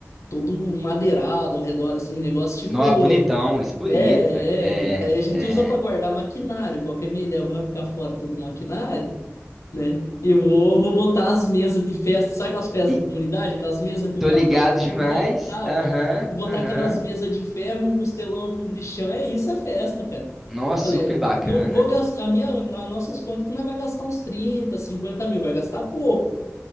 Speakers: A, on the left; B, in the centre.
A: todo madeirado ao redor, assim, negócio
B: Nó,
A: tipo.
B: bonitão, isso é bonito,
A: É, é,
B: velho. É,
A: é. Daí a gente
B: é.
A: usa para guardar maquinário, qualquer minha ideia, eu vou arrancar fora todo o maquinário né? E vou, vou botar as mesas de festa, sabe aquelas festas
B: E
A: de comunidade? Aquelas mesas que o
B: tô
A: cavalete
B: ligado
A: de
B: demais.
A: ferro e tal,
B: Aham,
A: Vou vou botar
B: aham.
A: aquelas mesas de ferro, um costelão, um fogo de chão. É isso, é festa, cara.
B: Nó, super
A: Falei,
B: bacana.
A: não vou gastar, a minha, nas nossas contas que não é vai gastar uns 30, 50 mil, vai gastar pouco.